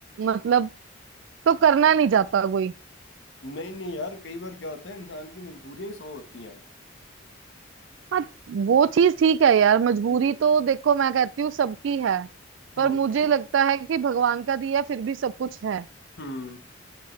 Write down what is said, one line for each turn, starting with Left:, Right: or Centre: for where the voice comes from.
Right: मतलब तो करना नहीं चाहता कोई
Left: नहीं नहीं यार कई बार क्या होता है इंसान की मजबूरियां ही सौ होती हैं
Right: हाँ वो चीज ठीक है यार मजबूरी
Left: हम्म
Right: तो देखो मैं कहती हूँ सबकी है पर
Left: हम्म
Right: मुझे लगता है कि भगवान का दिया फिर भी सब कुछ है
Left: हम्म